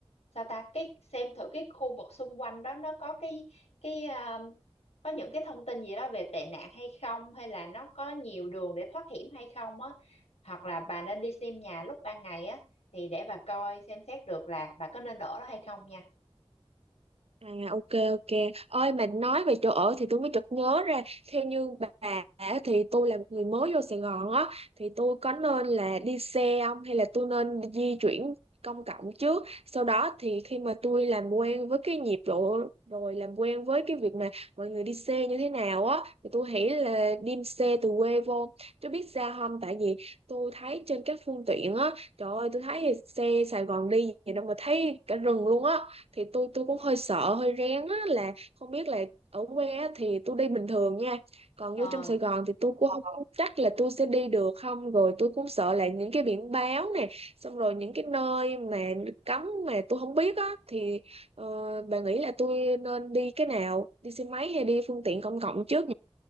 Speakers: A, on the left; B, on the right.
A: sao ta cái xem thử cái khu vực xung quanh đó nó có cái cái ờ, có những cái thông tin gì đó về tệ nạn hay không hay là nó có nhiều đường để thoát hiểm hay không á hoặc là bà nên đi xem nhà lúc ban ngày á thì để bà coi xem xét được là bà có nên ở đó hay không nha
B: À ok ok Ôi mà nói về chỗ ở thì tôi mới chợt nhớ ra Theo như bà á, thì tôi là một người mới vô Sài Gòn á Thì tôi có nên là đi xe không Hay là tôi nên di chuyển công cộng trước Sau đó thì khi mà tôi làm quen với cái nhịp độ Rồi làm quen với cái việc mà mọi người đi xe như thế nào á Thì tôi nghĩ là đi xe từ quê vô Tôi biết sao không Tại vì tôi thấy trên các phương tiện á Trời ơi tôi thấy xe Sài Gòn đi gì đâu mà thấy cả rừng luôn á thì tôi tôi cũng hơi sợ hơi rén á là không biết là ở quê á, thì tôi đi bình thường nha còn
A: Ờ.
B: vô trong Sài Gòn thì tôi cũng không chắc là tôi sẽ đi được không rồi tôi cũng sợ là những cái biển báo nè xong rồi những cái nơi mà cấm mà tôi không biết á thì ờ, bà nghĩ là tôi nên đi cái nào đi xe máy hay đi phương tiện công cộng trước